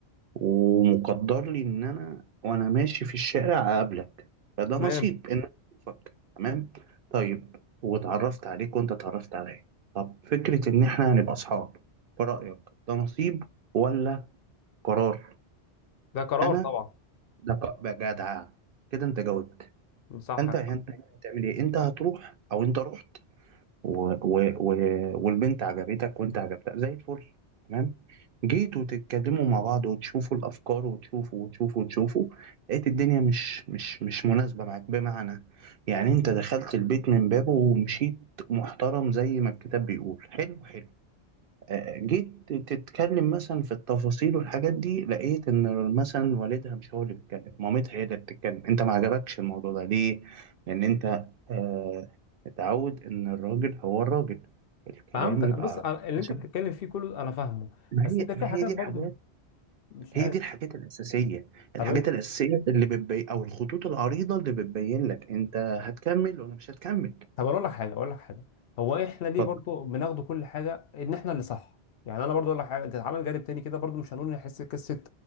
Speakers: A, on the right; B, on the left.
A: ومقدر لي ان انا وانا ماشي في الشارع اقابلك فده
B: تمام
A: نصيب ان انا اشوفك تمام طيب واتعرفت عليك وانت اتعرفت عليا طب فكرة ان احنا هنبقى اصحاب في رأيك ده نصيب ولا قرار
B: ده قرار
A: انا
B: طبعا
A: ده ك- بقى جدع كده انت جاوبت
B: صح
A: انت انت هتعمل ايه انت هتروح او انت رحت و... و... و... والبنت عجبتك وانت عجبتها زي الفل تمام جيتوا تتكلموا مع بعض وتشوفوا الافكار وتشوفوا وتشوفوا وتشوفوا لقيت الدنيا مش مش مش مناسبه معاك بمعنى يعني انت دخلت البيت من بابه ومشيت محترم زي ما الكتاب بيقول حلو حلو آه، جيت تتكلم مثلا في التفاصيل والحاجات دي لقيت ان مثلا والدها مش هو اللي بيتكلم مامتها هي اللي بتتكلم انت ما عجبكش الموضوع ده ليه لان انت آه، اتعود ان الراجل هو الراجل الكلام
B: فهمتك
A: يبقى
B: بص أنا- اللي
A: عشان
B: انت بتتكلم فيه كله انا فاهمه
A: ما
B: بس
A: هي
B: انت في
A: ما
B: حاجات
A: هي دي
B: برضو
A: الحاجات
B: مش
A: هي
B: عارف
A: دي الحاجات الاساسيه
B: طب
A: الحاجات
B: انت
A: الاساسيه اللي بتبين او الخطوط العريضه اللي بتبين لك انت هتكمل ولا مش هتكمل
B: طب اقول لك حاجه اقول لك حاجه هو احنا ليه
A: اتفضل
B: برضو بناخد كل حاجه ان احنا اللي صح يعني انا برضو اقول لك حاجه ده اتعمل جانب تاني كده برضو مش هنقول نحس قصه